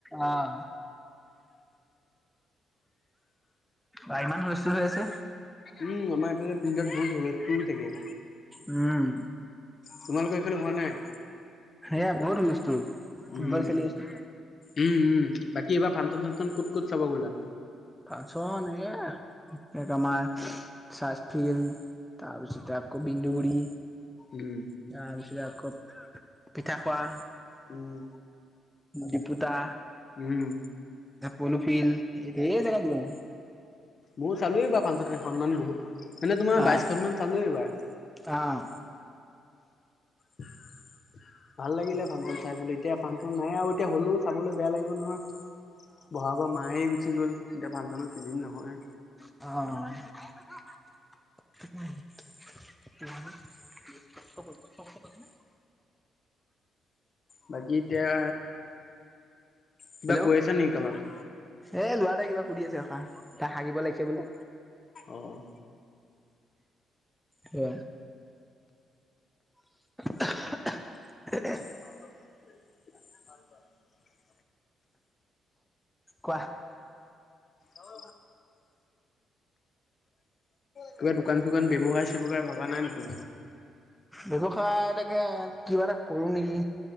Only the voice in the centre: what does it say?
অ'। বা ইমান হুলস্থূল হৈ আছে!
উম'।
সেয়া বহুত হুলস্থুল। ফুটবল
খেলি আছে
ফাঞ্চন এয়া ইয়াত আমাৰ ৰ্চাচফিল্ড, তাৰপিছতে আকৌ বিন্দু গুড়ি
তাৰপিছত আকৌ পিঠা খোৱা
দীপোটা
প'ল ফিলড, ঢেৰ জেগাত গ'লো।
আহ
আহ
অ' <inaudible> <unintelligible>
হেল্ল'
এ ল'ৰা কিবা সুধি আছে ৰখা, তাৰ হাগিব লাগিছে বোলে।
যোৱা। <inaudible>
কোৱা।
ব্যৱসায়‌ এটাকে কিবা এটা কৰোঁ নেকি?